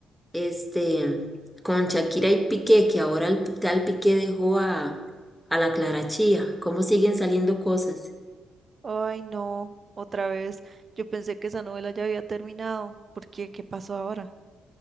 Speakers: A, in the centre; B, on the right.
A: este con Shakira y Piqué, que ahora el tal Piqué dejó a, a la Clara Chía. ¿Cómo siguen saliendo cosas?
B: Ay, no, otra vez. Yo pensé que esa novela ya había terminado. ¿Por qué? ¿Qué pasó ahora?